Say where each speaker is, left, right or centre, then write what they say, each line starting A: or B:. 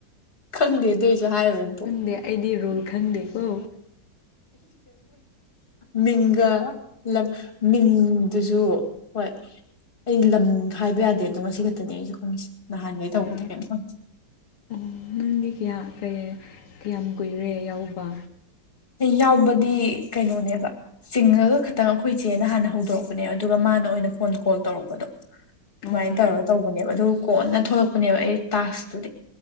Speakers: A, on the left (about 25°); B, on the left (about 85°).
A: ꯈꯪꯗꯦ ꯑꯗꯨꯏꯁꯨ ꯍꯥꯏꯔꯨꯏ
B: ꯈꯪꯗꯦ ꯑꯩꯗꯤ ꯔꯨꯜ ꯈꯪꯗꯦꯀꯣ
A: ꯃꯤꯡꯒ ꯂꯝ ꯃꯤꯡꯗꯨꯁꯨ ꯍꯣꯏ ꯑꯩ ꯂꯝ ꯍꯥꯏꯕ ꯌꯥꯗꯦ ꯑꯗꯣ ꯉꯁꯤ ꯈꯛꯇꯅꯦ ꯑꯩꯁꯨ ꯈꯪꯉꯁꯦ ꯅꯍꯥꯟꯒꯩ
B: ꯑꯣ
A: ꯇꯧꯕꯗꯤ ꯀꯩꯅꯣꯝ ꯈꯪꯗꯦ
B: ꯑꯣ ꯅꯪꯗꯤ ꯀꯌꯥ ꯀꯩ ꯀꯌꯥꯝ ꯀꯨꯏꯔꯦ ꯌꯥꯎꯕ
A: ꯌꯥꯎꯕꯗꯤ ꯀꯩꯅꯣꯅꯦꯕ ꯆꯤꯡꯉꯒ ꯈꯇꯪ ꯑꯩꯈꯣꯏ ꯆꯦꯅ ꯍꯥꯟꯅ ꯍꯧꯗꯣꯔꯛꯄꯅꯦ ꯑꯗꯨꯒ ꯃꯥꯅ ꯑꯣꯏꯅ ꯐꯣꯟ ꯀꯣꯜ ꯇꯧꯔꯛꯄꯗꯣ
B: ꯑꯣ
A: ꯑꯗꯨꯃꯥꯏꯅ ꯇꯧꯔꯒ ꯇꯧꯕꯅꯦꯕ ꯑꯗꯨ ꯀꯣꯟꯅ ꯊꯣꯛꯂꯛꯄꯅꯦꯕ ꯑꯩ ꯇꯥꯛꯁꯇꯨꯗꯤ